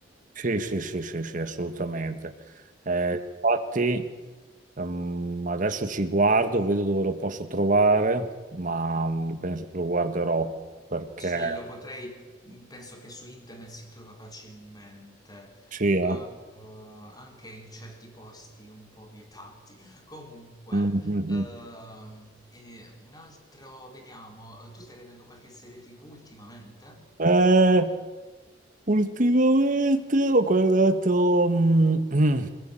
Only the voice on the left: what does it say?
Sì, lo potrei, mm, penso che su internet si trova facilmente,
eh, eh, anche in certi posti un po' vietati. <laughs> Comunque,
ehm, e un altro, vediamo, eh, tu stai vedendo qualche serie TV ultimamente?